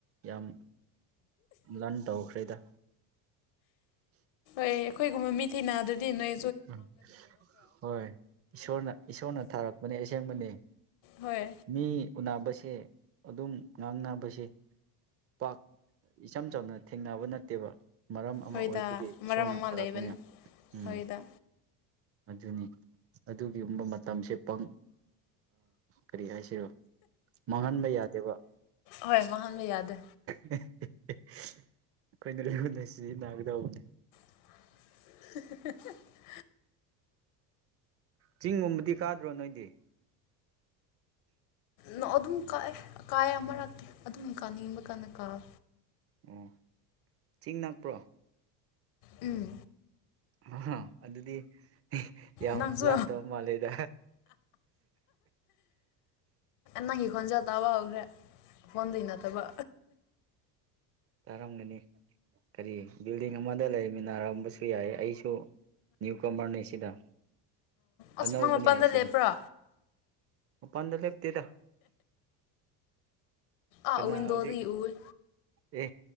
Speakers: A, on the right (about 30°); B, on the left (about 65°).
A: ꯌꯥꯝ ꯂꯟ ꯇꯧꯈ꯭ꯔꯦꯗ
B: ꯑꯩ ꯑꯩꯈꯣꯏꯒꯨꯝꯕ ꯃꯤ ꯊꯤ ꯅꯥꯗ꯭ꯔꯗꯤ ꯅꯣꯏ
A: ꯎꯝ ꯍꯣꯏ ꯏꯁꯣꯔꯅ ꯏꯁꯣꯔꯅ ꯊꯥꯔꯛꯄꯅꯦ ꯑꯁꯦꯡꯕꯅꯤ
B: ꯍꯣꯏ
A: ꯃꯤ ꯎꯅꯕꯁꯦ ꯑꯗꯨꯝ ꯉꯥꯡꯅꯕꯁꯦ ꯄꯥꯛ ꯏꯆꯝ ꯆꯝꯅ ꯊꯦꯡꯅꯕ ꯅꯠꯇꯦꯕ ꯃꯔꯝ ꯑꯃ
B: ꯍꯣꯏꯗ
A: ꯑꯣꯏꯕꯒꯤ
B: ꯃꯔꯝ
A: ꯏꯁꯣꯔꯅ
B: ꯑꯃ
A: ꯊꯔꯛꯄꯅꯦ
B: ꯂꯩꯕꯅꯤ
A: ꯎꯝ
B: ꯍꯣꯏꯗ
A: ꯑꯗꯨꯅꯤ ꯑꯗꯨꯒꯤꯒꯨꯝꯕ ꯃꯇꯝꯁꯦ ꯄꯪ ꯀꯔꯤ ꯍꯥꯏꯁꯤꯔꯣ ꯃꯥꯡꯍꯟꯕ ꯌꯥꯗꯦꯕ
B: ꯍꯣꯏ ꯃꯍꯟꯕ ꯌꯥꯗꯦ
A: ꯑꯩꯈꯣꯏꯅ ꯂꯣꯏꯒꯨꯅꯁꯤ ꯅꯥꯒꯗꯧꯕꯅꯦ
B: <unintelligible> <inaudible>
A: ꯆꯤꯡꯒꯨꯝꯕꯗꯤ ꯀꯥꯗ꯭ꯔꯣ ꯅꯣꯏꯗꯤ
B: ꯅ ꯑꯗꯨꯝ ꯀꯥꯏꯑꯦ ꯀꯥꯏ ꯑꯃꯔꯛꯇꯦ ꯑꯗꯨꯝ ꯀꯥꯅꯤꯡꯕ ꯀꯟꯅ ꯀꯥꯕ
A: ꯑꯣ ꯆꯤꯡ ꯅꯛꯄ꯭ꯔꯣ
B: ꯎꯝ
A: ꯑ ꯑꯗꯨꯗꯤ ꯌꯥꯝ
B: ꯅꯪꯁꯨ
A: ꯂꯥꯞꯇꯕ ꯃꯥꯜꯂꯦꯗ
B: ꯅꯪꯒꯤ ꯈꯣꯟꯖꯥ ꯇꯥꯕ ꯍꯧꯈ꯭ꯔꯦ ꯐꯣꯟꯗ ꯅꯠꯇꯕ
A: ꯇꯥꯔꯝꯒꯅꯤ ꯀꯔꯤ ꯕꯤꯜꯗꯤꯡ ꯑꯃꯗ ꯂꯩꯃꯤꯟꯅꯔꯝꯕꯁꯨ ꯌꯥꯏ ꯑꯩꯁꯨ ꯅ꯭ꯌꯨ ꯀꯃꯔꯅꯦ ꯁꯤꯗ
B: ꯑꯁ
A: ꯑꯅꯧꯕꯅꯦ
B: ꯅꯪ ꯃꯄꯥꯟꯗ
A: ꯁꯤꯗ
B: ꯂꯦꯞꯄ꯭ꯔꯣ
A: ꯃꯄꯗ ꯂꯦꯞꯇꯗ
B: ꯑꯥ
A: ꯀꯅꯥ
B: ꯋꯤꯟꯗꯣꯗꯒꯤ
A: ꯍꯧꯖꯤꯛ
B: ꯎꯏ
A: ꯑꯦ